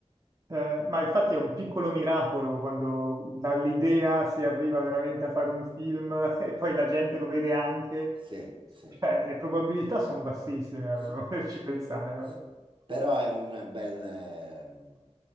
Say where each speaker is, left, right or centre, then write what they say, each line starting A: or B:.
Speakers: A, on the right; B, on the right.
A: eh, ma infatti è un piccolo miracolo quando dall'idea si arriva veramente a fare
B: Sì,
A: un film <laughs> e
B: sì,
A: poi la gente lo vede anche.
B: sì, sì,
A: Cioè, le probabilità sono bassissime,
B: sì,
A: eh, <laughs> poterci pensare. vabbè.
B: sì. Però è un bel, ehm,